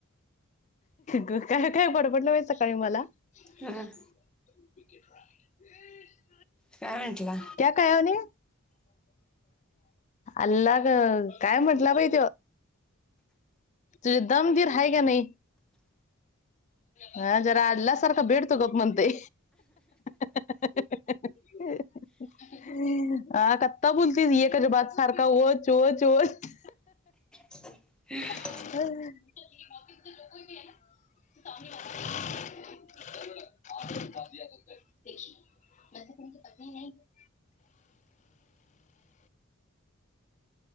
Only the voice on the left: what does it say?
काय काय बडबडलं बाई सकाळी मला
<unintelligible>
क्या कहा उने <inaudible> अल्लाह काय म्हटला बाई तुझे दम धीर हे क्या नाही हं.. जरा आल्ला सारख बेठतो गप म्हणतंय. <unintelligible> हा कत्ता बोलतीस एकच बात सारखा, वोच वोच वोच.
<unintelligible> <inaudible>